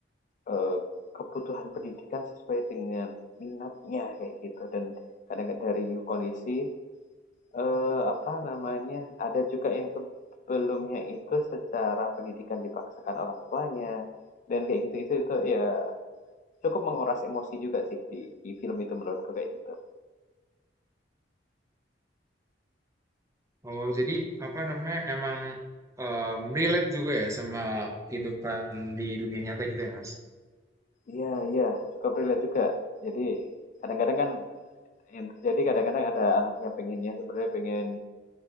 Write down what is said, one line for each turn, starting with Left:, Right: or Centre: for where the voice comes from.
Left: eee, kebutuhan pendidikan sesuai dengan minatnya kayak gitu dan kadang kadang dari kondisi Eee, apa namanya, ada juga yang sebelumnya itu secara pendidikan dipaksakan orang tuanya, dan kayak gitu itu itu ya cukup menguras emosi juga sih di di film itu menurutku kayak gitu.
Right: Oh, jadi apa namanya emang em, relate juga ya sama kehidupan di dunia nyata gitu ya, Mas?
Left: Iya iya, cukup relate juga. Jadi kadang-kadang kan yang terjadi kadang-kadang ada anaknya pengennya sebenarnya pengen